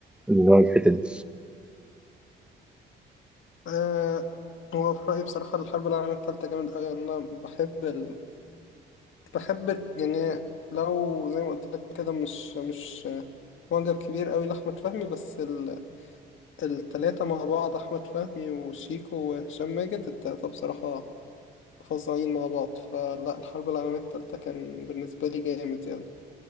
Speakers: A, in the centre; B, on the left (about 70°).
A: اللي هو الحته دي
B: أه هو في رأيي بصراحة الحرب العالمية التالتة جامد أوي يعني أنا بحب ال... بحب يعني لو زي ما قلت لك كده مش مش معجب كبير أوي لأحمد فهمي بس ال... التلاتة مع بعض أحمد فهمي وشيكو وهشام ماجد التلاتة بصراحة فظيعين مع بعض فلا الحرب العالمية التالتة كان بالنسبة لي جامد يعني